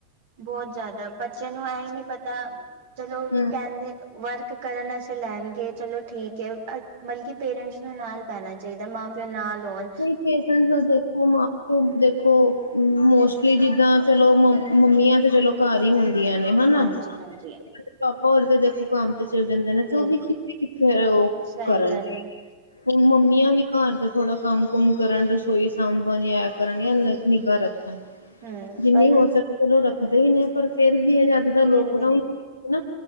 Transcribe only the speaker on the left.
ਹੂੰ,
ਨਹੀਂ ਪਰੇਂਟਸ ਜੋ ਦੇਖੋ ਮਾਂ - ਪਿਓ ਦੇਖੋ ਮੋਸਟਲੀ ਜਿੱਦਾਂ ਚਲੋ। ਮੰਮੀਆਂ ਤੇ ਚਲੋ ਘਰ ਹੀ ਹੁੰਦੀਆ। ਨੇ ਹਨਾ।
ਪਾਪਾ
ਹੋਰ ਤਾਂ ਦੇਖੋ ਕੰਮ ਤੇ ਚਲੇ ਜਾਂਦੇ ਨੇ। ਤੇ
ਉਹ ਵੀ ਕਿੱਥੇ ਉਹ
ਕਰਨ
ਹੁਣ ਮੰਮੀਆਂ ਵੀ ਘਰ ਦਾ ਥੋੜਾ ਬਹੁਤ ਕੰਮ ਕੁਮ ਕਰਨ ਰਸੋਈ ਸਾਂਭਣ ਐ ਕਰਨ ਜਾਂ ਨਿੱਘਾ ਰੱਖਣ।
ਜਿੰਨੀ
ਹੋ ਸਕੇ ਚਲੋ ਰੱਖਦੇ ਹੀ ਨੇ। ਪਰ ਫੇਰ ਵੀ ਇਹ ਜਦ ਦਾ
ਲੋਕਡਾਊਨ
ਹੋਆ ਨਾਂ।